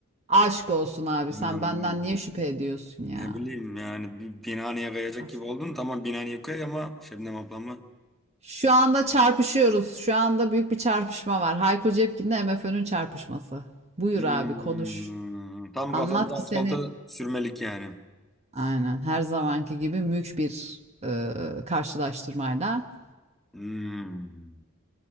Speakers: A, on the right; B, in the centre.
A: Aşk olsun abi
B: Aman
A: sen benden
B: aman.
A: niye şüphe ediyorsun ya?
B: Ne bileyim yani bir Binani'ye kayacak
A: Aşk.
B: gibi oldun. Tamam Binani'ye kay ama Şebnem ablamı.
A: Şu anda çarpışıyoruz. Şu anda büyük bir çarpışma var. Hayko Cepkin'le MFÖ'nün çarpışması. Buyur
B: Hmm,
A: abi konuş.
B: tam
A: Anlat
B: kafamızı asfalta
A: ki seni
B: sürmelik yani.
A: aynen her zamanki gibi mülk bir e, karşılaştırmayla
B: Hmm.